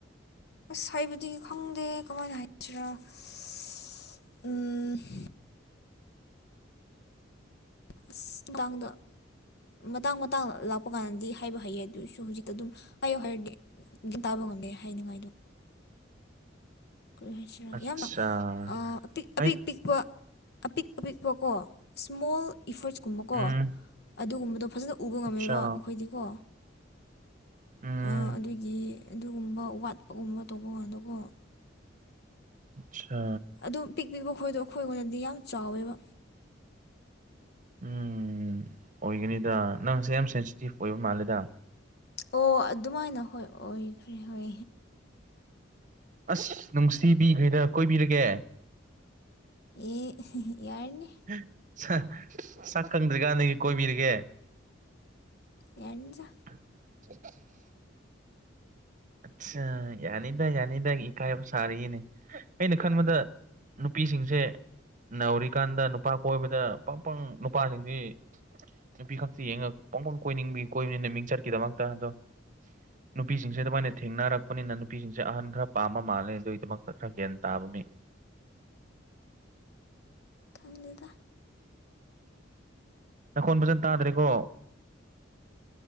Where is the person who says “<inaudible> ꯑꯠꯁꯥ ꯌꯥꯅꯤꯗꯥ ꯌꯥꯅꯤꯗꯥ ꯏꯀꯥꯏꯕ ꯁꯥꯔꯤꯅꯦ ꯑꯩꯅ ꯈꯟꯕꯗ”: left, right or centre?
Right